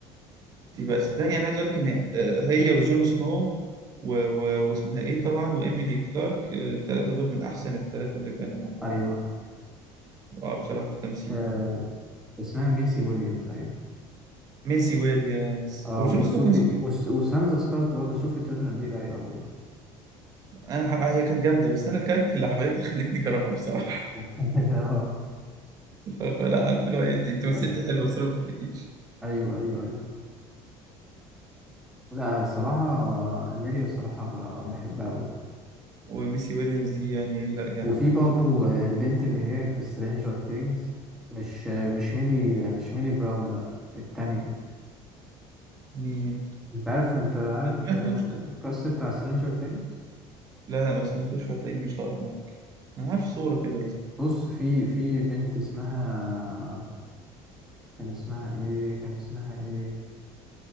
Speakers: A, on the right (about 30°); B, in the centre.
A: دي بقى
B: أوك.
A: صدقني انا عايز اقول لك ان آه، هي وجون سنو و... و... واسمها ايه طبعا وايميلي كلارك آه، التلاتة دول من احسن التلاتة اللي كانوا
B: ايوه
A: اه بصراحة في التمثيل
B: آه
A: يعني
B: اسمها ميسي ويليامز ايوه
A: ميسي ويليامز
B: اه
A: وجون
B: وسوفي
A: سنو كان اسمه إيه؟
B: وس... وسانزا ستارك برضه سوفي تيرنر دي رايقه برضه
A: انا ح... هي كانت جامدة بس انا الكاركتر اللي عملتها خلتني كرهها بصراحة
B: <laughs> اه
A: ف... فلا عارف اللي هو إيه، انت أنت مثلتي
B: ايوه
A: حلو بس انا ما بحبكيش
B: ايوه ايوه ايوه لا الصراحه اميليا الصراحه ب- بحبها قوي
A: وميسي ويليامز دي يعني ايه لا جامدة
B: وفي
A: برضه
B: برضه البنت اللي هي في سترينجر ثينجز مش مش ميلي مش ميلي براون لا التانية
A: مين
B: انت عارف انت عارف
A: ما
B: آه،
A: سمعتوش
B: الكاست بتاع سترينجر ثينجز
A: لا لا ما سمعتوش فهتلاقيني مش لاقط معاك انا عارف صورة كده بس
B: بص في في بنت اسمها كان اسمها ايه كان اسمها ايه